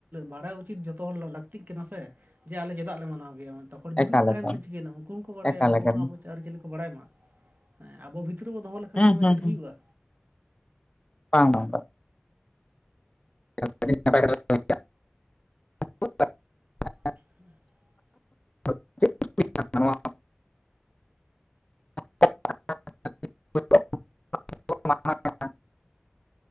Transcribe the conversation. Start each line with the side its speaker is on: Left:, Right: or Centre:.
Right: ᱵᱟᱲᱟᱭ ᱩᱪᱤᱛ ᱡᱚᱛᱚ ᱦᱚᱲ ᱞᱟᱹᱠᱛᱤᱜ ᱠᱟᱱᱟ ᱥᱮ ᱡᱮ ᱟᱞᱮ ᱪᱮᱫᱟᱜ ᱞᱮ ᱢᱟᱱᱟᱣ ᱜᱮᱭᱟ᱾ ᱛᱚ ᱦᱚᱲ ᱫᱤᱠᱩ
Left: ᱮᱠᱟᱞ
Right: ᱠᱚ ᱛᱟᱦᱮᱱ
Left: ᱮᱠᱟᱞ
Right: ᱠᱷᱟᱱ ᱪᱤᱠᱟᱹᱭᱱᱟ ᱩᱱᱠᱩ ᱦᱚᱸᱠᱚ ᱵᱟᱲᱟᱭᱟ
Left: ᱮᱠᱟᱞ
Right: ᱩᱱᱠᱩ
Left: ᱮᱠᱟᱞ
Right: ᱦᱚᱸ ᱟᱵᱚ ᱟᱹᱨᱤᱪᱟᱹᱞᱤ ᱠᱚ ᱵᱟᱲᱟᱭ ᱢᱟ ᱦᱮᱸ ᱟᱵᱚ ᱵᱷᱤᱛ ᱵᱷᱤᱛᱨᱤ ᱨᱮ ᱵᱚᱱ ᱫᱚᱦᱚ ᱞᱮᱠᱷᱟᱱ
Left: ᱦᱩᱸ
Right: ᱫᱚ ᱚᱱᱟ
Left: ᱦᱩᱸ
Right: ᱪᱮᱫ
Left: ᱦᱩᱸ
Right: ᱦᱩᱭᱩᱜᱼᱟ
Left: ᱵᱟᱝ ᱵᱟᱝ <unintelligible>
Right: <inaudible>
Left: <unintelligible> <unintelligible>